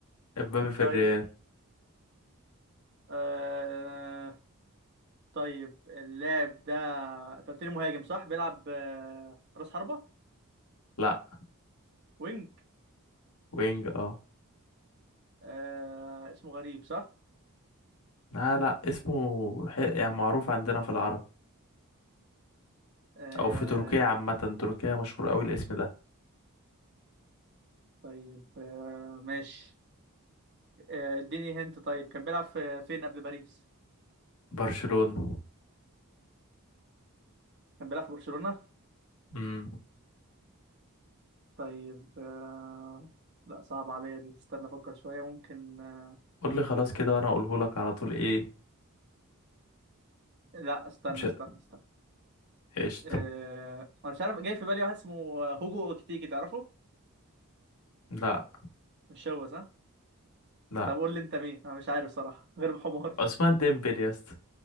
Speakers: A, on the left; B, on the right.
A: امبابي في
B: طيب
A: الريال
B: آه... طيب اللاعب ده انت قلت لي مهاجم صح بيلعب آه، راس حربة
A: لا
B: وينج
A: وينج اه
B: آه... اسمه غريب صح
A: لا لا اسمه ح- يعني معروف عندنا في العرب
B: آه...
A: او في تركيا عامة تركيا مشهور قوي الاسم ده
B: طيب آه... ماشي آه، اديني هنت طيب كان بيلعب في فين قبل باريس
A: برشلونة
B: كان بيلعب في برشلونة
A: امم
B: طيب آه... لا صعب عليا دي استنى افكر شوية ممكن آه،
A: قول لي خلاص كده وانا اقوله لك على طول ايه
B: لا استنى
A: مش
B: استنى
A: ه-
B: استنى
A: قشطة
B: آه... انا مش عارف جاي في بالي واحد اسمه هوجو اوكتيكي تعرفه
A: لا
B: مش هو صح
A: لا
B: طب قول لي انت مين انا مش عارف صراحة غير بحماري
A: عثمان ديمبلي يا اسطى